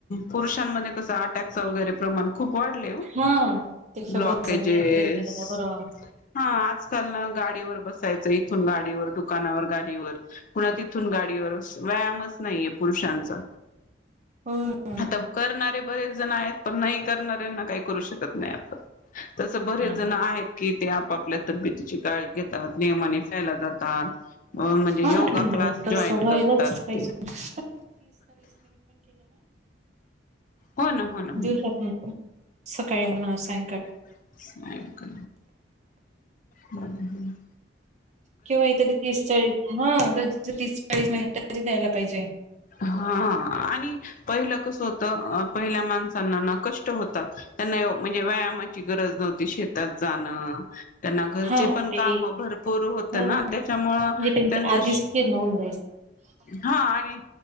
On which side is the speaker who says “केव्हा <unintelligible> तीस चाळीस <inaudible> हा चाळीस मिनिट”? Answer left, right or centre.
Right